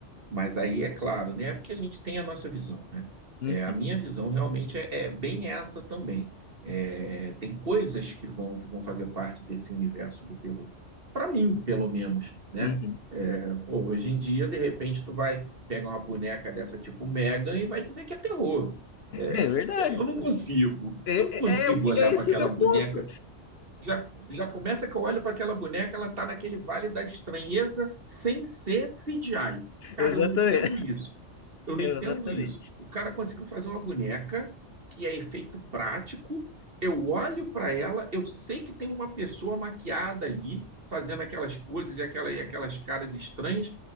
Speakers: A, on the right (about 50°); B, on the left (about 60°).
A: mas aí é claro, né? é Porque a gente tem a nossa visão, né?
B: Uhum,
A: É, a minha visão realmente é, é bem essa também. É, tem coisas que vão que vão fazer parte desse universo do terror. Para mim, pelo menos, né?
B: uhum.
A: É, pô, hoje em dia, de repente, tu vai pegar uma boneca dessa tipo Megan e vai dizer que é terror. É,
B: É verdade.
A: eu não consigo,
B: É,
A: eu não consigo
B: é, é o que-
A: olhar
B: é
A: para
B: esse
A: aquela
B: o meu
A: boneca
B: ponto.
A: já, já começa que eu olho para aquela boneca, ela está naquele vale da estranheza sem ser CGI. Cara,
B: Exatamente.
A: eu não entendo isso. Eu não
B: <laughs>
A: entendo
B: Exatamente.
A: isso. O cara conseguiu fazer uma boneca que é efeito prático. Eu olho para ela, eu sei que tem uma pessoa maquiada ali, fazendo aquelas poses e, aquela, e aquelas caras estranhas,